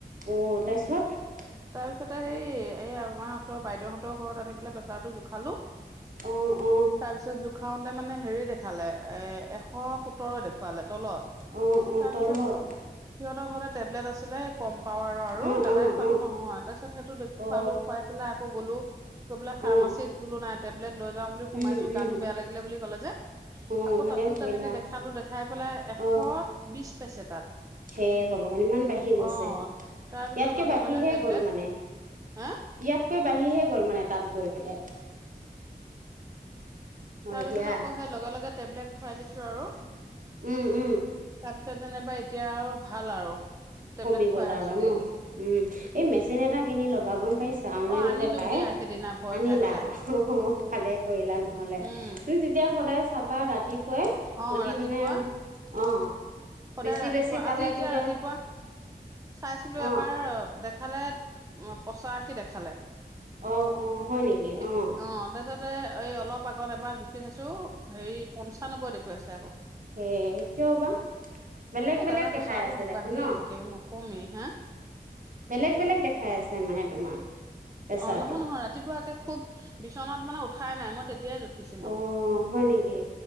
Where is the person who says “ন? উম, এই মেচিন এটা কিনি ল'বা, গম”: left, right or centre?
Right